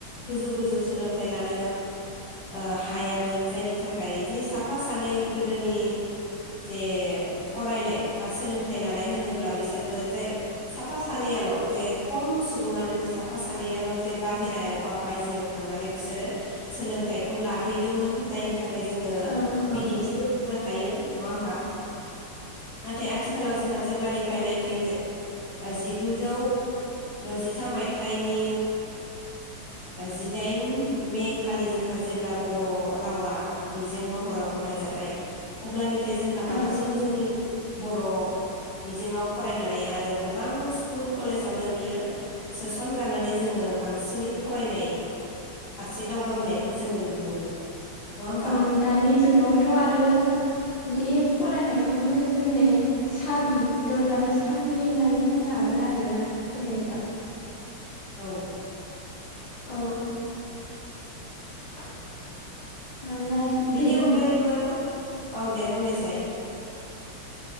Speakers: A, on the left; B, on the left.
A: गोजौ गोजौ सोलोंथाइ लानो ओ हायामोन जायनि थाखाय जे साफा सानै गोदोनि जे फरायनाय बा सोलोंथाइ लानाय होनोब्ला बैसोर बो जाय सा फा सानैयाल' जे खम सुबुङानो जे साफा सानैयाल' जे बाहेरायाव बा बायजोआव थांनानै बिसोरो सोलों थायखौ लाहैदोंमोन जायनि थाखाय जोङो
B: औ औ
A: बिदिन्थिबो बुंनो हायो नङा होमबा नाथाय आथिखालाव जोंहा जेब्लानिफ्राय नाइनटिन ओ जिगुजौ द'जिथाम मायथाइनि ओ जिदाइन मे खालि जोंहा जेब्ला बर' रावा बिजों महराव गनाय जाबाय अब्लानिफ्राय जोंहा
B: औ
A: बांसिन जोंनि बर' बिजोंआव फरायनानै आरो गोबां स्कुल कलेसावनो बियो सोसनजानानै जोङो बां बांसिनै फरायनाय फारसे दावगाबोनायखौ जोङो नुनो मोनो नङा होमबा
B: औ दानि जुगावथ' आरो बे फरायनायखौनो जोंनि साबि दरजानि साबि होननानै बुंनो हागोन आरोना जेनेबा
A: औ
B: औ <inaudible>
A: बेनि
B: बेजों
A: अनगायैबो औ दे बुंनायसाय